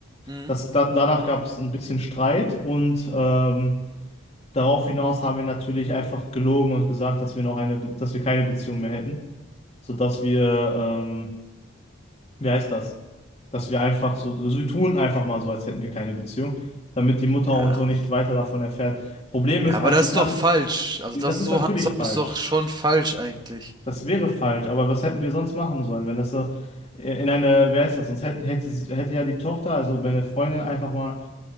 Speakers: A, on the right (about 20°); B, on the left (about 30°).
A: Hm?
B: Das, da, danach gab es ein bisschen Streit und ähm, Darauf hinaus haben wir natürlich einfach gelogen und gesagt, dass wir noch eine, Be- dass wir keine Beziehung mehr hätten, sodass wir, ähm, wie heißt das? Dass wir einfach so, so, wir tun einfach mal so, als hätten wir keine Beziehung, damit die Mutter
A: Ja.
B: und so nicht weiter davon erfährt. Problem
A: Ja,
B: ist,
A: aber
B: als
A: das
B: sie
A: ist
B: dann,
A: doch falsch. Also
B: das
A: das
B: ist
A: so
B: natürlich
A: handzahm
B: falsch,
A: ist doch schon falsch eigentlich.
B: das wäre falsch, aber was hätten wir sonst machen sollen, wenn das so äh, in eine, wie heißt das? Sonst hätte, hätte, sie- hätte ja die Tochter, also meine Freundin einfach mal